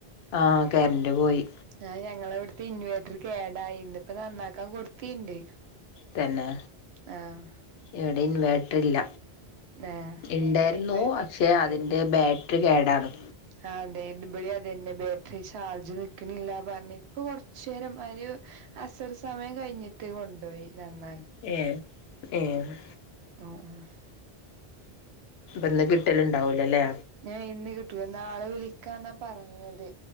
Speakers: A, on the left; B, on the right.
A: ആഹ് കറന്റ്‌ പോയി.
B: ആഹ് ഞങ്ങളിവിടുത്തെ ഇൻവേർട്ടർ കേടായി ഇന്ന് ഇപ്പ നന്നാക്കാൻ കൊടുത്തിണ്ട്.
A: തന്നെ
B: ആഹ്
A: ഇവിടെ ഇൻവേർട്ടറില്ല.
B: ആഹ്
A: ഇണ്ടാർന്നു
B: ഇവിടെ ഇൻവേർട്ടർ
A: പക്ഷെ
B: കേടായിരുന്നു
A: അതിന്റെ ബാറ്ററി കേടാണ്.
B: ആഹ് അതെ ഇത്ബിടെ അതന്നെ ബാറ്ററി ചാർജ് നിക്കണില്ല പറഞ്ഞ് ഇപ്പൊ കൊറച്ചു നേരം ഒരു- അസർ സമയം കഴിഞ്ഞിട്ട് കൊണ്ടോയി നന്നാ
A: ഏഹ് മം.
B: ആഹ് ആഹ്
A: ഇന്ന് കിട്ടല് ഇണ്ടാവൂലല്ലേ
B: ഏയ് ഇന്ന് കിട്ടൂല, നാളെ വിളിക്കാന്നാ പറഞ്ഞത്